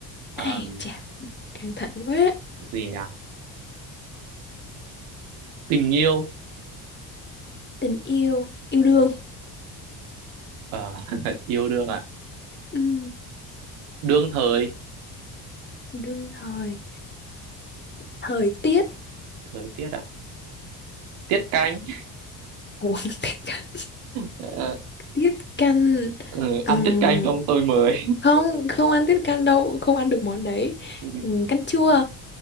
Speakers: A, on the right; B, on the left.
A: à,
B: ai chà căng thẳng quá
A: gì nhỉ tình yêu
B: tình yêu yêu đương
A: Ờ, <laughs> yêu đương à
B: Ừm,
A: đương thời
B: đương thời thời tiết
A: thời tiết à tiết canh
B: Ủa, <laughs> tiết canh
A: Ờ,
B: tiết canh
A: ừ,
B: Ừm,
A: ăn tiết canh xong tôi mới
B: không không ăn tiết canh đâu không ăn được món đấy
A: <laughs>
B: Ừm, canh chua